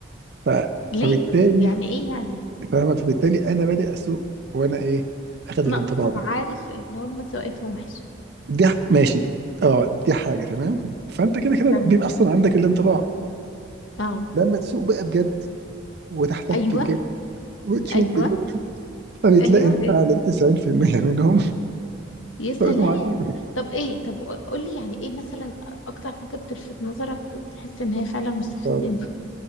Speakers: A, on the right; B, on the left.
A: ف...
B: ليه
A: فبالتالي
B: يعني ايه يعني
A: فاهمه فبالتالي انا بادئ اسوق وانا ايه اخد
B: انا
A: الانطباع
B: اصلا
A: ده
B: عارف ان هم سواقتهم وحشة
A: دي ح- ماشي اه دي حاجه تمام فانت كده كده
B: تمام
A: بيبقى اصلا عندك الانطباع
B: اه
A: لما تسوق بقى بجد وتحتك
B: ايوه
A: بجد وتشوف
B: ايوه
A: بجد فبتلاقي
B: ايوه
A: ان فعلا
B: ايه
A: 90% منهم
B: يا سلام
A: طريقتهم عجيبه
B: طب ايه طب قول لي يعني ايه مثلا اكتر حاجه بتلفت نظرك وتحس ان هي فعلا مستفزين
A: طب
B: فيها